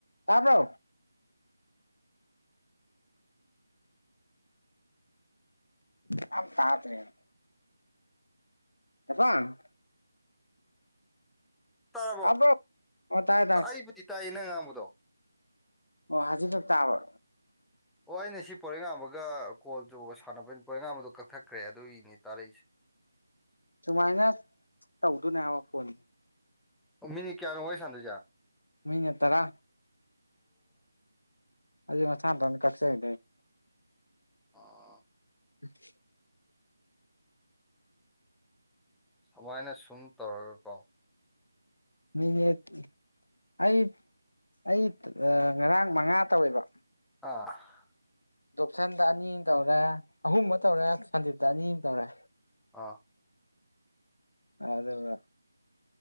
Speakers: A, on the left; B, in the centre.
A: ꯇꯥꯕ꯭ꯔꯣ ꯑ ꯇꯥꯗ꯭ꯔꯦ ꯖꯄꯥꯟ
B: ꯇꯥꯔꯕꯣ
A: ꯇꯥꯕ꯭ꯔꯣ ꯑꯣ ꯇꯥꯏ ꯇꯥꯏ
B: ꯑꯩꯕꯨꯗꯤ ꯇꯥꯏꯌꯦ ꯅꯪ ꯉꯥꯡꯕꯗꯣ
A: ꯑꯣ ꯍꯧꯖꯤꯛꯈꯛ ꯇꯥꯕ
B: ꯑꯣ ꯑꯩꯅ ꯁꯤ ꯄꯣꯏꯔꯩꯉꯥꯟꯕ ꯒ ꯀꯣꯜ ꯇꯧꯕ ꯁꯥꯟꯅꯕꯩꯅꯤ ꯄꯣꯏꯔꯩꯉꯥꯟꯕꯗꯣ ꯀꯛꯊꯛꯈ꯭ꯔꯦ ꯑꯗꯨꯒꯤꯅꯤ ꯇꯥꯔꯛꯏꯁꯦ
A: ꯁꯨꯃꯥꯏꯅ ꯇꯧꯗꯨꯅꯦ ꯍꯥꯏꯕ ꯐꯣꯟ
B: ꯃꯤꯅꯤꯠ ꯀꯌꯥꯅꯣ ꯋꯥꯔꯤ ꯁꯥꯟꯃꯗꯨꯏꯖꯦ ꯑꯣ
A: ꯃꯤꯅꯠ ꯇꯔꯥ ꯑꯗꯨ ꯃꯁꯥ ꯃꯊꯟꯇ ꯀꯛꯆꯒꯤꯗꯣꯏꯅꯤ
B: ꯑꯥ
A: <inaudible>
B: ꯁꯨꯃꯥꯏꯅ ꯁꯨꯝ ꯇꯧꯔꯒꯀꯣ
A: ꯃꯤꯅꯤꯠ ꯑꯩ ꯑꯩ ꯑ ꯉꯔꯥꯡ ꯃꯉꯥ ꯇꯧꯋꯦꯕ
B: ꯑ
A: ꯗꯣꯞꯁꯟꯗ ꯑꯅꯤꯝ ꯇꯧꯔꯦ ꯑꯍꯨꯝꯃ ꯇꯧꯔꯦ ꯁꯟꯗꯤꯞꯇ ꯑꯅꯤꯝ ꯇꯧꯔꯦ
B: ꯑꯥ
A: ꯑꯗꯨꯒ